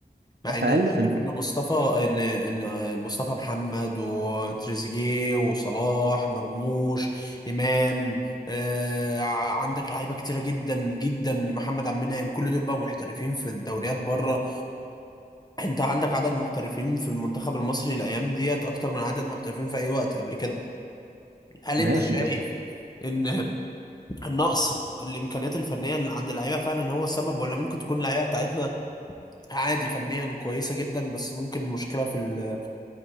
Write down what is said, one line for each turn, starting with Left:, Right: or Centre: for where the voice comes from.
Left: مع
Right: اقل
Left: ان انا شايف
Right: فنان
Left: ان مصطفى ان ان مصطفى محمد وتريزيجيه وصلاح مرموش امام آه ع- عندك لعيبه كتيره جدا جدا محمد عبد المنعم كل دول بقى محترفين في الدوريات بره انت عندك عدد محترفين في المنتخب المصري الايام ديت اكتر من عدد محترفين في اي وقت قبل كده هل
Right: ماشي
Left: انت شايف
Right: بس
Left: ان النقص الامكانيات الفنيه اللي عند اللعيبه فعلا هو السبب ولا ممكن تكون اللعيبه بتاعتنا عادي فنيا كويسه جدا بس ممكن المشكله في ال